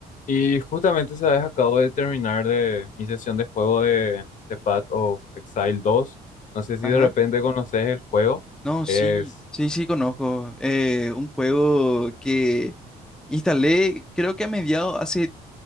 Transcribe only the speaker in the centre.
Ajá.
No, sí,
sí, sí, conozco. Eh, un juego que instalé, creo que a mediados, hace